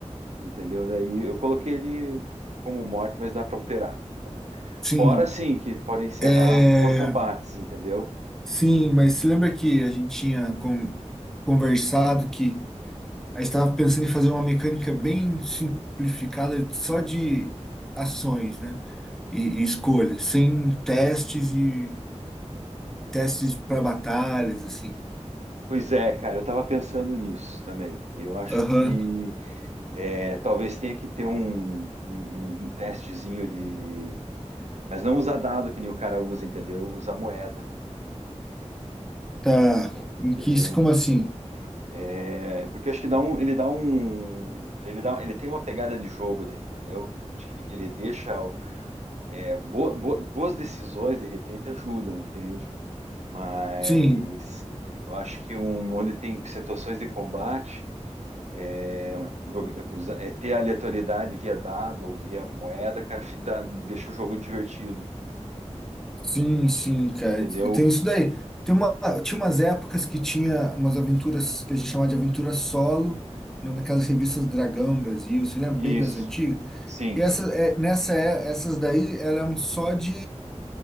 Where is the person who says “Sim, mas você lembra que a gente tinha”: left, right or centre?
Centre